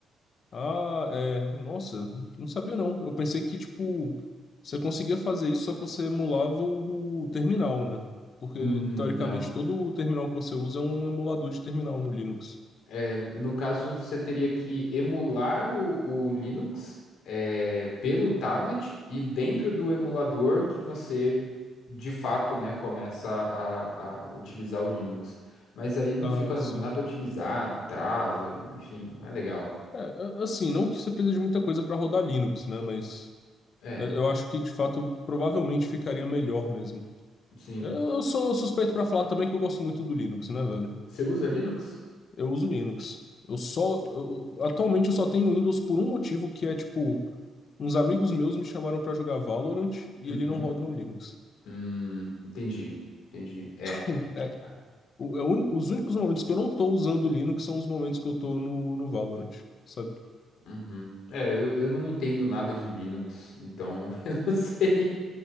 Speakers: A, on the left (about 50°); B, on the left (about 80°).
A: Ah, é. Nossa, não sabia não. Eu pensei que, tipo, você conseguia fazer isso, só que você emulava o terminal, né? Porque,
B: hum,
A: teoricamente,
B: não.
A: todo o terminal que você usa é um emulador de terminal no Linux.
B: É, no caso, você teria que emular o, o Linux, é, pelo tablet e dentro do emulador que você, de fato, né, começa a, a utilizar o Linux. Mas aí não
A: Ah,
B: fica
A: sim.
B: nada otimizado, trava, enfim, não é legal.
A: É, a- assim, não que você precise de muita coisa para rodar Linux, né? Mas
B: É,
A: é, eu acho que, de fato, provavelmente ficaria melhor mesmo.
B: sim.
A: Eu, eu sou suspeito para falar também que eu gosto muito do Linux, né, velho?
B: Você usa Linux?
A: Eu uso Linux. Eu só. eu- atualmente eu só tenho Windows por um motivo, que é tipo. Uns amigos meus me chamaram pra jogar Valorant e
B: Uhum.
A: ele não roda no Linux.
B: Hum, entendi, entendi. É.
A: <laughs> É,
B: Ai,
A: o- é o uni- os únicos momentos que eu não tô usando Linux são os momentos que eu tô no, no Valorant, sabe?
B: Uhum. É, eu, eu não entendo nada de Linux, então <laughs> eu não sei.